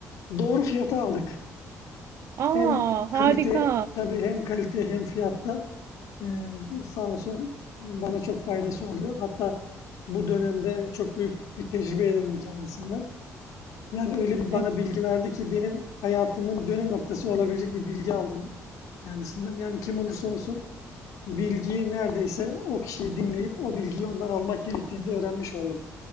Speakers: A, on the left; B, on the right.
A: doğru fiyata aldık.
B: Aa
A: Hem
B: harika.
A: kalite tabii hem kalite hem fiyatta eee sağ olsun bana çok faydası oluyor. Hatta bu dönemde çok büyük bir tecrübe edindim kendisinden. Yani öyle bir bana
B: Evet
A: bilgi verdi ki benim hayatımın dönüm noktası olabilecek bir bilgi aldım kendisinden. Yani kim olursa olsun bilgiyi neredeyse o kişiyi dinleyip o bilgiyi ondan almak gerektiğini de öğrenmiş oldum.